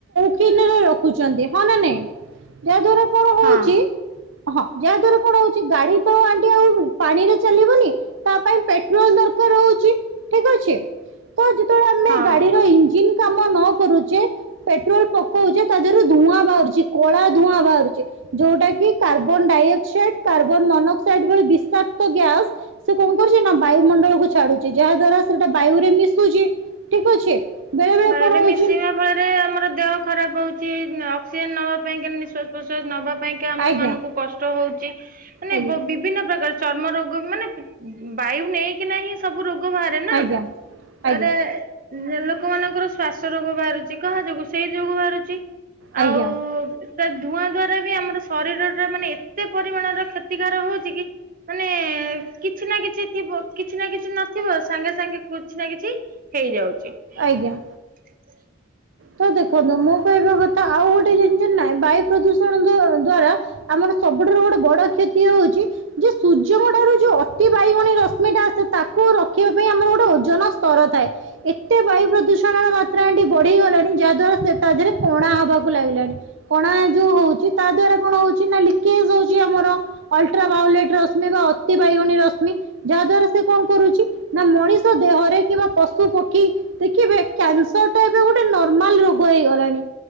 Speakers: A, on the right; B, on the right.
A: କ୍ଷୀନରେ ରଖୁଛନ୍ତି ହଁ ନା ନାଇଁ ଯାହା ଦ୍ୱରା କଣ ହଉଛି।
B: ହଁ
A: ହଁ ଯାହାଦ୍ୱାରା କଣ ହଉଛି ଗାଡି ତ ଆଣ୍ଟି ଆଉ ପାଣିରେ ଚାଲିବନି। ତା ପାଇଁ ପେଟ୍ରୋଲ ଦରକାର ହଉଛି ଠିକ୍ ଅଛି। ତ ଯେତେବେଳେ ଆମେ
B: ହଁ।
A: ଗାଡିର ଇଞ୍ଜିନ୍ କାମ ନ କରୁଛେ ପେଟ୍ରୋଲ ପ। କହୁଛେ ତା ଦେହରୁ ଧୂଆଁ ବାହାରୁଛି କଳା ଧୂଆଁ ବାହାରୁଛି। ଯୋଉଟା କି କାର୍ବନ ଡାଇଅକ୍ସାଇଡ କାର୍ବନ ମନୋକ୍ସାଇଡ ଭଳି ବିଷାକ୍ତ ଗ୍ୟାସ। ସେ କଣ କରୁଛି ନା ବାୟୁମଣ୍ଡଳ କୁ ଛାଡୁଛି ଯାହା ଦ୍ଵାରା ସେଟା ବାୟୁ ରେ ମିଶୁଛି ଠିକ ଅଛି। ବେଳେ ବେଳେ
B: ବାୟୁରେ
A: କଣ
B: ମିଶେଇବା
A: ହଉଛି
B: ଫଳରେ ଆମର ଦେହ ଖରାପ ହଉଛି ଅକ୍ସିଜେନ୍ ନବା ପାଇଁ କେ ନିଶ୍ବାସ। ପ୍ରଶ୍ୱାସ ନବା ପାଇଁକା ଆମ
A: ଆଜ୍ଞା
B: ମାନଙ୍କୁ କଷ୍ଟ ହଉଛି ମାନେ
A: ଆଜ୍ଞା
B: ବିଭିନ୍ନ ପ୍ରକାର। ଚର୍ମ ରୋଗ ମାନେ ବାୟୁ ନେଇକିନାହିଁ। ସବୁ ରୋଗ ବାହାରେ ନାରେ
A: ଆଜ୍ଞା ଆଜ୍ଞା
B: ଲୋକମାନଙ୍କର ଶ୍ଵାସ ରୋଗ ବାହାରୁଛି। କାହା ଯୋଗୁ ସେଇ ଯୋଗୁ ବାହାରୁଛି
A: ଆଜ୍ଞା
B: ଆଉ। ତା ଧୂଆଁ ଦ୍ଵାରା ବି ଆମର ଶରୀର ଟା ମାନେ ଏତେ ପରିମାଣର କ୍ଷତିକାର ହଉଛି କି। ମାନେ କିଛି ନା କିଛି ଥିବ କିଛି ନା କିଛି ନଥିବ ସାଙ୍ଗେ ସାଙ୍ଗେ କିଛି ନା କିଛି। ହେଇଯାଉଛି।
A: ଆଜ୍ଞା।
B: <unintelligible>
A: ତ ଦେଖନ୍ତୁ ମୁଁ କହିବା କଥା ଆଉ ଗୋଟେ ଜିନିଷ ନାହିଁ ବାୟୁ ପ୍ରଦୂଷଣ ଦ୍ଵାରା। ଆମର ସବୁଠାରୁ ଗୋଟେ ବଡ କ୍ଷତି ହଉଛି। ଯେ ସୂର୍ଯ୍ୟଙ୍କ ଠାରୁ ଯୋଉ ଅତି ବାଇଗଣୀ ରଶ୍ମିଟା ଆସେ ତାକୁ ରଖିବା ପାଇଁ ଆମର ଗୋଟେ ଓଜନ ସ୍ତର ଥାଏ। ଏତେ ବାୟୁ ପ୍ରଦୂଷଣର ମାତ୍ରା ଆଣ୍ଟି ବଢିଇଗଲାଣି। ଯାହା ଦ୍ଵାରା ସେ ତା ଦେହରେ କଣା ହବାକୁ ଲାଗିଲାଣି କଣା ଯୋଉ ହଉଛି ତା ଦ୍ଵାରା କଣ ହଉଛି ନା। ଲିକେଜ୍ ହଉଛି ଯଉଛି ଆମର। ଅଲଟ୍ରାଭାଓଲେଟ୍ ରଶ୍ମି ବା ଅତି ବାଇଗଣୀ ରଶ୍ମି ଯାହା ଦ୍ଵାରା ସେ କଣ କରୁଛି। ନା ମଣିଷ ଦେହରେ କିମ୍ବା ପଶୁ ପକ୍ଷୀ ଦେଖିବେ କ୍ୟାନସର ଟା ଏବେ ଗୋଟେ ନ। ନର୍ମାଲ ରୋଗ ହେଇଗଲାଣି।